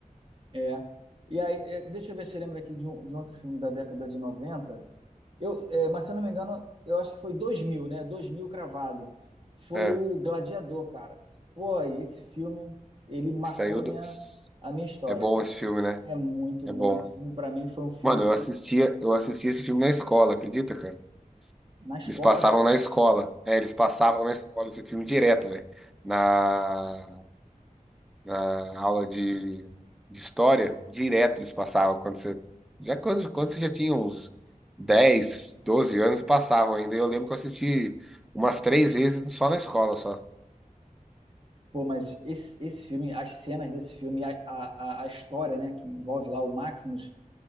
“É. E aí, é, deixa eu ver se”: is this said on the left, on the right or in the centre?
Right